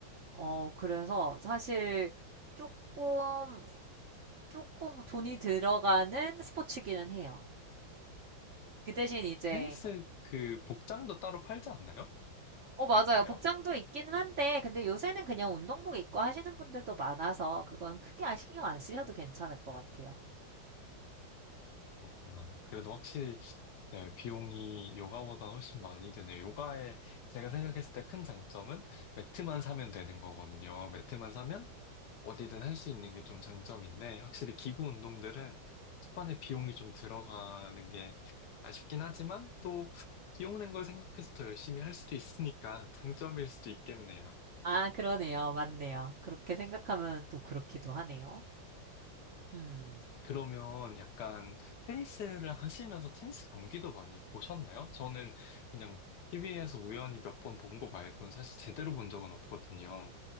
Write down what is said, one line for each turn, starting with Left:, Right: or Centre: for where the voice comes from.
Right: 어, 그래서 사실 조금, 조금 돈이 들어가는 스포츠기는 해요. 그 대신 이제,
Left: 테니스 그 복장도 따로 팔지 않나요?
Right: 어, 맞아요.
Left: 아닌가요?
Right: 복장도 있기는 한데, 근데 요새는 그냥 운동복 입고 하시는 분들도 많아서, 그건 크게 아- 신경 안 쓰셔도 괜찮을 것 같아요.
Left: 그렇구나. 그래도 확실히 네, 비용이 요가보다 훨씬 많이 드네. 요가에 제가 생각했을 때 큰 장점은 매트만 사면 되는 거거든요. 매트만 사면 어디든 할 수 있는 게 좀 장점인데 확실히 기구 운동들은 초반에 비용이 좀 들어가는 게 아쉽긴 하지만 또 비용 낸 걸 생각해서 더 열심히 할 수도 있으니까 장점일 수도 있겠네요.
Right: 아, 그러네요. 맞네요. 그렇게 생각하면 또 그렇기도 하네요. 음.
Left: 그러면 약간 테니스를 하시면서 테니스 경기도 많이 보셨나요? 저는 그냥 TV에서 우연히 몇 번 본 거 말고는 사실 제대로 본 적은 없거든요.